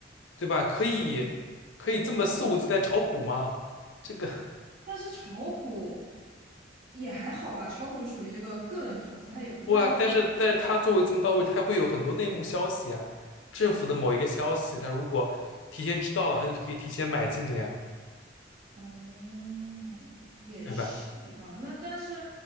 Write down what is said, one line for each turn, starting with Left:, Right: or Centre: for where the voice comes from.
Left: 对吧？可以可以这么肆无忌惮炒股吗？这个，
Right: 但是炒股也还好吧，炒股属于这个个人投资，它也不算说。
Left: 哇！但是但是她作为这么高位，她会有很多内幕消息啊，政府的某一个消息，她如果提前知道了，她就可以提前买进了呀，
Right: 哦，也是啊。
Left: 对吧？
Right: 那但是